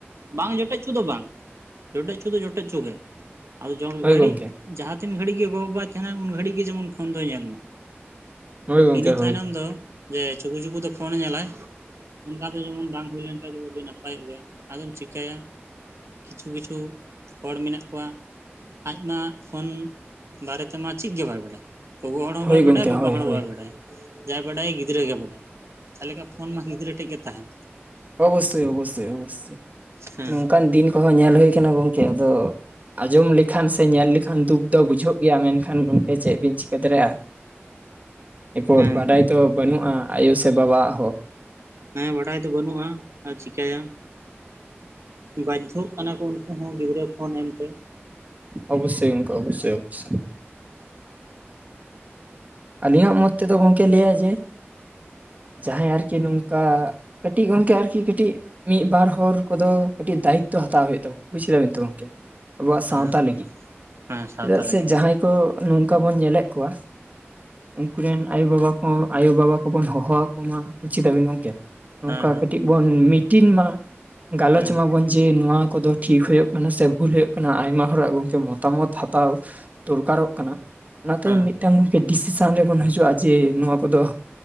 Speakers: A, on the right; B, on the right.
A: ᱵᱟᱝ ᱡᱚᱴᱮᱫᱪᱚ ᱫᱚ ᱵᱟᱝ ᱡᱚᱴᱮᱫ ᱦᱚᱪᱚ ᱫᱚ ᱡᱚᱴᱮᱫ ᱪᱚ ᱜᱮ᱾ ᱟᱫᱚ ᱡᱚᱞ
B: ᱦᱳᱭ
A: ᱜᱷᱟᱹᱲᱤᱡ
B: ᱜᱚᱝᱠᱮ
A: ᱡᱟᱦᱟᱸ ᱛᱤᱱ ᱜᱷᱟᱹᱲᱤᱡ ᱜᱮ ᱜᱚᱜᱚᱼᱵᱟᱵᱟᱭ ᱛᱟᱦᱮᱸᱱᱟ ᱩᱱ ᱜᱷᱟᱹᱲᱤᱡ ᱜᱮ ᱡᱮᱢᱚᱱ ᱯᱷᱳᱱ ᱫᱚᱭ ᱧᱮᱞ ᱢᱟ᱾
B: ᱦᱳᱭ ᱜᱚᱝᱠᱮ
A: ᱤᱱᱟᱹ
B: ᱦᱳᱭ
A: ᱛᱟᱭᱱᱚᱢ ᱫᱚᱼᱼ ᱡᱮ ᱪᱩᱠᱩ ᱪᱩᱠᱩ ᱛᱮ ᱯᱷᱳᱱᱮ ᱧᱮᱞᱟᱭ, ᱚᱱᱠᱟ ᱫᱚ ᱡᱮᱢᱚᱱ ᱵᱟᱝ ᱦᱩᱭ ᱞᱮᱱᱠᱷᱟᱱ ᱠᱷᱟᱭ ᱫᱚ ᱟᱹᱰᱤ ᱱᱟᱯᱟᱭᱚᱜ ᱜᱮᱭᱟ, ᱟᱫᱚᱢ ᱪᱤᱠᱟᱹᱭᱟ᱾ ᱠᱤᱪᱷᱩ ᱠᱤᱪᱷᱩ ᱦᱚᱲ ᱢᱮᱱᱟᱜ ᱠᱚᱣᱟᱼᱼ ᱟᱡᱢᱟ ᱯᱷᱳᱱ ᱵᱟᱨᱮ ᱛᱮᱢᱟ ᱪᱮᱫ ᱜᱮ ᱵᱟᱭ ᱵᱟᱲᱟᱭᱟ᱾ ᱜᱚᱜᱚ ᱦᱚᱲ ᱦᱚᱸ
B: ᱦᱳᱭ
A: ᱵᱟᱭ ᱵᱟᱰᱟᱭᱟ
B: ᱜᱚᱝᱠᱮ
A: ᱵᱟᱵᱟ
B: ᱦᱳᱭ
A: ᱦᱚᱲ ᱦᱚᱸ
B: ᱦᱳᱭ
A: ᱵᱟᱭ ᱵᱟᱰᱟᱭᱟ, ᱡᱟᱭ ᱵᱟᱰᱟᱭᱟ ᱜᱤᱫᱽᱨᱟᱹ ᱜᱮᱭ ᱵᱟᱰᱟᱭᱟ᱾ ᱛᱟᱦᱚᱞᱮ ᱠᱷᱟᱱ ᱯᱷᱳᱱ ᱢᱟ ᱜᱤᱫᱽᱨᱟᱹ ᱴᱷᱮᱡ ᱜᱮ ᱛᱟᱦᱮᱸᱱ᱾
B: ᱚᱵᱚᱥᱳᱭ ᱚᱵᱚᱥᱳᱭ ᱚᱵᱚᱥᱳᱭ ᱾ <inaudible>
A: ᱦᱮᱸ
B: ᱱᱚᱝᱠᱟᱱ ᱫᱤᱱ ᱠᱚᱦᱚᱸ ᱧᱮᱞ ᱦᱩᱭ ᱟᱠᱟᱱᱟ ᱜᱚᱝᱠᱮ ᱾ ᱟᱫᱚ ᱟᱸᱡᱚᱢ ᱞᱮᱠᱷᱟᱱ ᱥᱮ ᱧᱮᱞ ᱞᱮᱠᱷᱟᱱ ᱫᱩᱠ ᱫᱚ ᱵᱩᱡᱷᱟᱹᱜ ᱜᱮᱭᱟ ᱢᱮᱱᱠᱷᱟᱱ ᱜᱚᱢᱠᱮ ᱪᱮᱫ ᱵᱤᱱ ᱪᱤᱠᱟᱹ ᱫᱟᱲᱮᱭᱟᱜᱼᱟ᱾ ᱮᱨᱯᱚᱨ
A: ᱦᱮᱸ
B: ᱵᱟᱰᱟᱭ ᱛᱚ ᱵᱟᱹᱱᱩᱜᱼᱟ ᱟᱭᱳ ᱥᱮ ᱵᱟᱵᱟᱣᱟᱜ ᱦᱚ ᱾
A: ᱦᱮᱸ ᱵᱟᱰᱟᱭ ᱫᱚ ᱵᱟᱹᱱᱩᱜᱼᱟ ᱟᱨ ᱪᱤᱠᱟᱹᱭᱟ, ᱵᱟᱭᱫᱷᱚᱜ ᱠᱟᱱᱟ ᱠᱚ ᱩᱱᱠᱩ ᱦᱚᱸ ᱜᱤᱫᱽᱨᱟᱹ ᱯᱷᱳᱱ ᱮᱢᱛᱮ᱾
B: ᱚᱵᱚᱥᱳᱭ ᱜᱚᱝᱠᱮ, ᱚᱵᱚᱥᱳᱭ ᱚᱵᱚᱥᱳᱭ᱾ ᱟᱹᱞᱤᱧᱟᱜ ᱢᱚᱛ ᱛᱮᱫᱚ ᱜᱚᱝᱠᱮ ᱞᱟᱹᱭᱟᱭ ᱡᱮ ᱡᱟᱦᱟᱸᱭ ᱟᱨᱠᱤ ᱱᱚᱝᱠᱟ ᱠᱟᱹᱴᱤᱡ ᱜᱚᱝᱠᱮ ᱟᱨᱠᱤ ᱠᱟᱹᱴᱤᱡ ᱢᱤᱫ ᱵᱟᱨ ᱦᱚᱲ ᱠᱚᱫᱚ ᱠᱟᱹᱴᱤᱡ ᱫᱟᱭᱤᱛᱚ ᱦᱟᱛᱟᱣ ᱦᱩᱭᱩᱜ ᱛᱟᱵᱚᱱᱟ ᱵᱩᱡ ᱠᱮᱫᱟᱵᱤᱱ ᱛᱚ ᱜᱚᱢᱠᱮ᱾ ᱟᱵᱚᱣᱟᱜ ᱥᱟᱶᱛᱟ
A: ᱦᱮᱸ
B: ᱞᱟᱹᱜᱤᱫ ᱾
A: ᱦᱮᱸ
B: <inaudible>
A: ᱥᱟᱶᱛᱟ
B: ᱪᱮᱫᱟᱜ
A: ᱞᱟᱹᱜᱤᱫ
B: ᱥᱮ ᱡᱟᱦᱟᱸᱭ ᱠᱚ ᱱᱚᱝᱠᱟ ᱵᱚᱱ ᱧᱮᱞᱮᱫ ᱠᱚᱣᱟ ᱩᱱᱠᱩ ᱨᱮᱱ ᱟᱭᱳ-ᱵᱟᱵᱟ ᱠᱚ, ᱟᱭᱳ-ᱵᱟᱵᱟ ᱠᱚᱵᱚᱱ ᱦᱚᱦᱚ ᱟᱠᱚ ᱢᱟ ᱵᱩᱡ ᱠᱮᱫᱟᱵᱤᱱ ᱜᱚᱢᱠᱮ᱾ ᱱᱚᱝᱠᱟ
A: ᱦᱮᱸ
B: ᱠᱟᱹᱴᱤᱡ ᱵᱚᱱ ᱢᱤᱴᱤᱱ ᱢᱟ <inaudible> ᱜᱟᱞᱚᱪ
A: ᱦᱮᱸ
B: ᱢᱟᱵᱚᱱ ᱡᱮ ᱱᱚᱣᱟ ᱠᱚᱫᱚ ᱴᱷᱤᱠ ᱦᱳᱭᱳᱜ ᱠᱟᱱᱟ ᱥᱮ ᱵᱷᱩᱞ ᱦᱳᱭᱳᱜ ᱠᱟᱱᱟ, ᱟᱭᱢᱟ ᱦᱚᱲᱟᱜ ᱜᱚᱢᱠᱮ ᱢᱚᱛᱟᱢᱚᱛ ᱦᱟᱛᱟᱣ ᱫᱚᱨᱠᱟᱨᱚᱜ ᱠᱟᱱᱟ ᱾ ᱚᱱᱟᱛᱮ
A: ᱦᱮᱸ
B: ᱢᱤᱫᱴᱟᱝ ᱰᱤᱥᱤᱥᱮᱱ ᱨᱮᱵᱚᱱ ᱦᱤᱡᱩᱜᱼᱟ ᱡᱮ ᱱᱚᱣᱟ ᱠᱚᱫᱚ